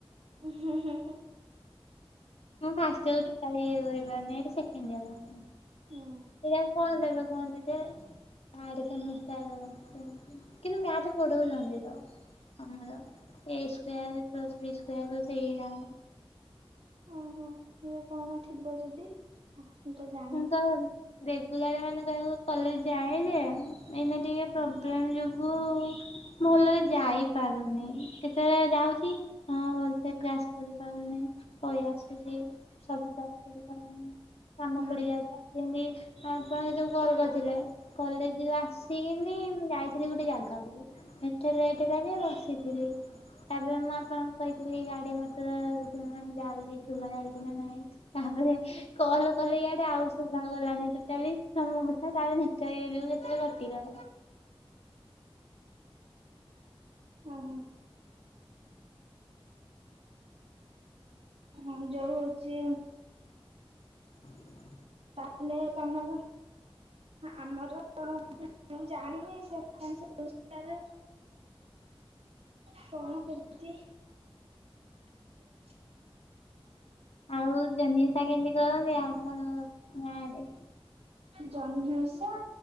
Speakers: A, on the right; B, on the left.
A: ଉଁ ହୁଁ ହୁଁ ହୁଁ।
B: ମୁଁ ଫାଷ୍ଟ ଇଅର ଟୋଟାଲ ଇଏ କରିପାରୁନି ସେକଣ୍ଡ ଇଅର ହଁ
A: ହୁଁ
B: ଏଇଆକୁ କୁହନ୍ତି ଯେ ତାଡ ସେମିଷ୍ଟାର କିନ୍ତୁ ମ୍ୟାଥ ପଢଉଛନ୍ତି ତ। ଆମର A square plus B square ସେଇରା।
A: ଓହୋ ଇଏ କଣ ଥିବ ଯଦି। ମୁଁ ତ ଜା
B: ମୁଁ ତ ଗଲି। ରେଗୁଲାର ମାନେ କହିବାକୁ କଲେଜ ଯାଏ ଯେ ଏଇନେ ଟିକେ ପ୍ରୋବ୍ଲେମ୍ ଯୋଗୁ ଭଲରେ ଯାଇପାରୁନି। କେତେବେଳେ ଯାଉଛି। ହଁ ଭଲ ସେ କ୍ଲାସ କରିପାରୁନି। ପଳେଇ ଆସୁଛି ସବୁ କ୍ଲାସ୍ କରିପାରୁନି। କାମ
A: ହୁଁ
B: ପଡ଼ିଯାଉଛି। ଯେନ୍ତି ଆପଣ ହେଯୁ କଲ କରିଥିଲେ। କଲେଜରୁ ଆସିକିନି ମୁଁ ଯାଇଥିଲି ଗୋଟେ ଜାଗାକୁ। ସେଠେ ଲେଟ୍ ହେଲା ଯେ ବସିଥିଲି। ତାପରେ ମୁଁ ଆପଣଙ୍କୁ କହିଥିଲି ଗାଡି ମଟର ଯାଉଛି ଶୁଭା ଯାଉଛି ନା ନାହିଁ। ତାପରେ କଲ କଲେ ଇଆଡେ ଆଉ ଶୁଭା ଗଲାନି ତୋଟାଲି। ତମ କଥା ତାଲେ ଦେ ବି କେତେଏଳେ କଟିଗଲା।
A: ଉଁ ହୁଁ। ହଁ ଯଉ ହଉଛି
B: <inaudible>
A: ତାହେଲେ ତମର ଆମର ମୁଁ ଜାଣିନି ସେକେଣ୍ଡ ସେମିଷ୍ଟାରେ କଣ କେମିତି? <inaudible>
B: ଆଉ ଜନି ଅଷା କେମିତି କରନ୍ତି ଆପଣ ଗାଁରେ?
A: ଜହ୍ନି ଉଷା